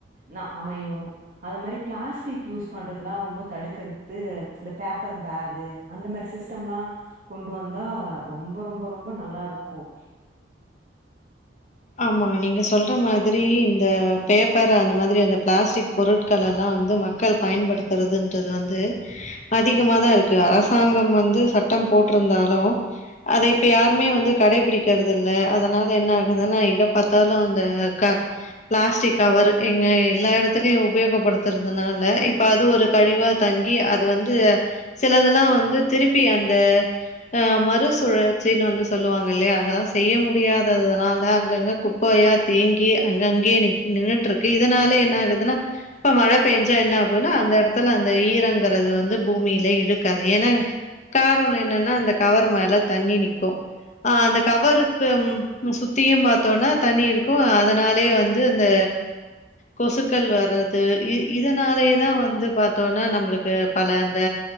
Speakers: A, on the right; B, on the left.
A: நா அமையும் அது மாரி பிளாஸ்டிக் யூஸ் பண்றதெல்லாம் ரொம்ப தடுக்கிறது இந்த பேப்பர் பேக்கு அந்த மாரி சிஸ்டம்லாம் கொண்டு வந்தா ரொம்ப ரொம்ப ரொம்ப நல்லா ருக்கும்
B: ஆமா நீங்க சொல்ற மாதிரி இந்த பேப்பர் அந்த மாதிரி அந்த பிளாஸ்டிக் பொருட்களெல்லா வந்து மக்கள் பயன்படுத்துறதுன்றது வந்து அதிகமா தான் ருக்கு அரசாங்கம் வந்து சட்டம் போட் ருந்தாலும் அத இப்ப யாருமே வந்து கடைபிடிக்றது இல்ல அதனால என்ன ஆகு அதனா எங்க பாத்தாலு அந்த க பிளாஸ்டிக் கவரு எங்க எல்லா எடத்லயு உபயோகப்படுத்துறதுனால இப்ப அது ஒரு கழிவா த ங்கி அது வந்து சிலதெல்லாம் வந்து திருப்பி அந்த அ மறுசுழற்சி பின் வந்து சொல்லுவாங்கல்லெயா அதெல்லா செய்ய முடியாததனால அங்கங்க குப்பையா தேங்கி அங் கேயே நின் நின்னுட்ருக்கு இதனால என்ன ஆகுதுன்னா இப்ப மழ பேஞ்சா என்னா குனா அந்த எடத்துல அந்த ஈரங்றது வந்து பூமியில இழுக்காது ஏன்னா காரணம் என்னன்னா அந்த கவர் மேல தண்ணி நிக்கோ ஆ அந்த கவருக்கு சுத் தீயும் பாத்தோனா தண்ணி இருக்கும் அதனாலே வந்து அந்த கொசுக்கள் வர்றது இ இதனாலேதான் வந்து பாத்தோனா நம்ளுக்கு பல அந்த